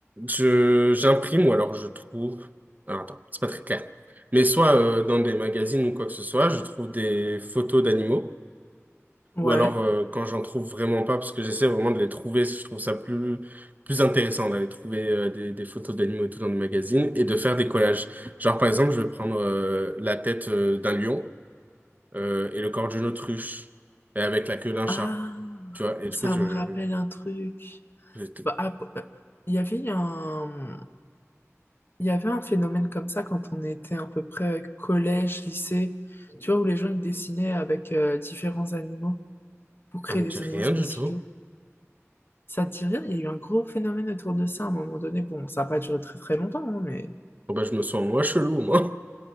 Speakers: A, on the right; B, on the left.
A: je, j'imprime ou alors je trouve. Alors, attends, c'est pas très clair. Mais soit euh, dans des magazines ou quoi que ce soit, je trouve des photos d'animaux.
B: Ouais.
A: Ou alors, euh, quand j'en trouve vraiment pas, parce que j'essaie vraiment de les trouver, je trouve ça plus, plus intéressant d'aller trouver euh, des, des photos d'animaux et tout dans des magazines et de faire des collages. Genre, par exemple, je vais prendre euh, la tête euh, d'un lion euh, et le corps d'une autruche et avec la queue d'un
B: Ah,
A: chat, tu vois. Et du
B: ça
A: coup, je,
B: me rappelle un truc.
A: je,
B: Bah, ap- euh, il y avait un... il y avait un phénomène comme ça quand on était à peu près collège, lycée, tu vois, où les gens ils dessinaient avec euh, différents animaux. pour créer
A: ça me
B: des
A: dit rien
B: animaux spéciaux.
A: du tout.
B: Ça te dit rien? Il y a eu un gros phénomène autour de ça à un moment donné. Bon, ça n'a pas duré très très longtemps, hein, mais...
A: Bon, bah, je me sens moi chelou, moi.